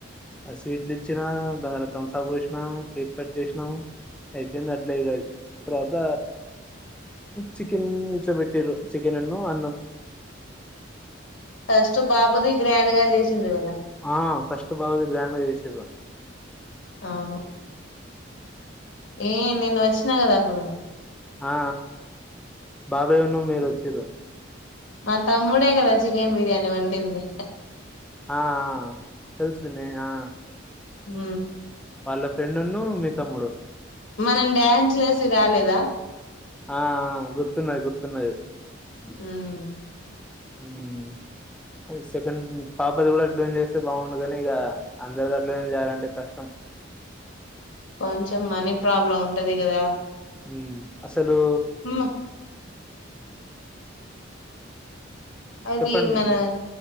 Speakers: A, in the centre; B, on the left (about 85°).
A: స్వీట్లు ఇచ్చినా దాని తర్వాత తమ్బ్సప్ పోసినాం కేక్ కట్ చేసినాం అయింది అట్లే తర్వాత చికెన్ ఇంట్లో పెట్టారు చికెన్ అన్న అన్నం
B: ఫస్ట్ బాబుది గ్రాండ్ గా చేసి చిందవాద
A: ఆ ఫస్ట్ బాబుకి గ్రాండ్ గా చేసిన్రు
B: అవును ఏ నిన్న వచ్చినా కదా అప్పుడు
A: ఆ బాబాయ ఉన్న మీరు వచ్చిన్రు
B: మా తమ్ముడే కదా చికెన్ బిర్యానీ వండింది
A: ఆ తెల్సు పిన్ని ఆ
B: హ
A: వాళ్ళ ఫ్రెండ్న్న మీ తమ్ముడు
B: మనం డ్యాన్స్ చేసి రాలేదా
A: ఆ గుర్తు గుర్తున్నాయి గుర్తున్నాయి
B: మ్మ్
A: సెకండ్ పాపది కూడా అట్లానే చేస్తే బాగుండు కానీ ఇక అందరికి అట్లానే చేయాలంటే కష్టం
B: కొంచెం మనీ ప్రాబ్లం ఉంటది కదా
A: హ అసలు
B: మ్మ్ అది
A: చెప్పండి విని
B: మన
A: చె